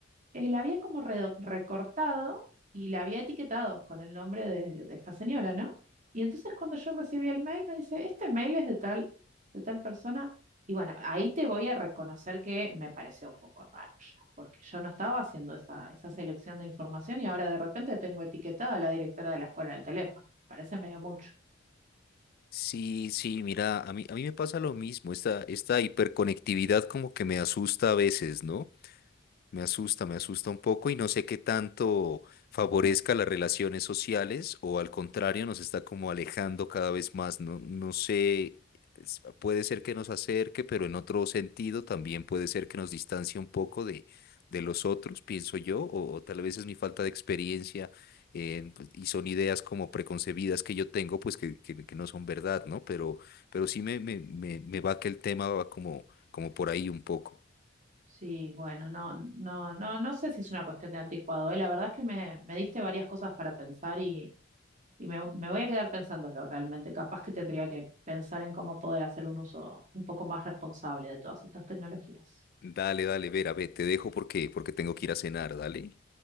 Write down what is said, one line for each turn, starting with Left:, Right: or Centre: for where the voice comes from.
Right: eh, la había como redo- recortado y la había etiquetado con el nombre de, de esta señora, ¿no? Y entonces cuando yo recibí el mail me dice, este mail es de tal, de tal persona. Y bueno, ahí te voy a reconocer que me pareció un poco raro ya, porque yo no estaba haciendo esa, esa selección de información y ahora de repente tengo etiquetada a la directora de la escuela del teléfono. Parece medio mucho.
Left: Sí, sí, mira, a mí, a mí me pasa lo mismo, esta, esta hiperconectividad como que me asusta a veces, ¿no? Me asusta, me asusta un poco y no sé qué tanto favorezca las relaciones sociales o al contrario nos está como alejando cada vez más. No, no sé, es- puede ser que nos acerque, pero en otro sentido también puede ser que nos distancie un poco de, de los otros, pienso yo, o, o tal vez es mi falta de experiencia eh, pues, y son ideas como preconcebidas que yo tengo, pues que, que- que no son verdad, ¿no? Pero, pero sí me, me, me, me va que el tema va como, como por ahí un poco.
Right: Sí, bueno, no, no, no, no sé si es una cuestión de anticuado, ¿eh? La verdad es que me, me diste varias cosas para pensar Y me, me voy a quedar pensándolo realmente. Capaz que tendría que pensar en cómo poder hacer un uso un poco más responsable de todas estas tecnologías.
Left: Dale, dale, Vera, ve, te dejo porque, porque tengo que ir a cenar, dale.